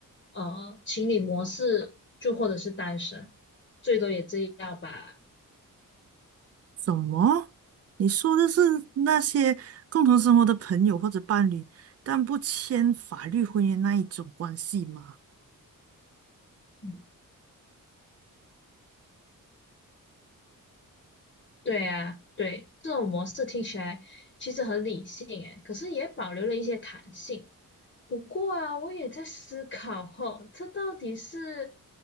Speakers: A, on the left; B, on the right.
A: 呃，情侣模式就或者是单身，最多也这样吧。
B: 什么？你说的是那些共同生活的朋友或者伴侣，但不签法律婚姻那一种关系吗？
A: 嗯，对啊，对，这种模式听起来其实很理性哎，可是也保留了一些弹性。不过啊，我也在思考吼，这到底是